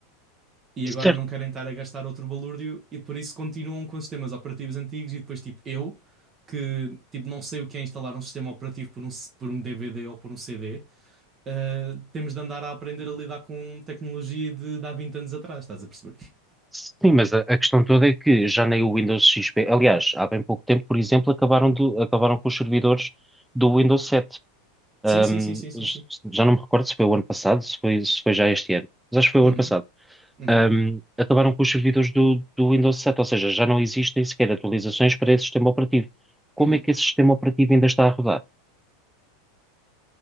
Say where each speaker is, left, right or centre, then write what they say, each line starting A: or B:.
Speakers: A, on the right; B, in the centre.
A: E agora
B: Certo.
A: não querem estar a gastar outro balúrdio e por isso continuam com sistemas operativos antigos e depois, tipo, eu, que tipo, não sei o que é instalar um sistema operativo por um, por um DVD ou por um CD, ah, temos de andar a aprender a lidar com tecnologia de, de há 20 anos atrás, estás a perceber?
B: Sim, mas a, a questão toda é que já nem o Windows XP. Aliás, há bem pouco tempo, por exemplo, acabaram, do, acabaram com os servidores do Windows 7. Um,
A: Sim, sim, sim, sim, sim, sim.
B: já não me recordo se foi o ano passado, se foi, se foi já este ano, mas acho que foi o
A: Uhum,
B: ano passado.
A: uhum,
B: Um, acabaram com os servidores do, do Windows 7, ou seja, já não existem sequer atualizações para esse sistema operativo. Como
A: uhum.
B: é que esse sistema operativo ainda está a rodar?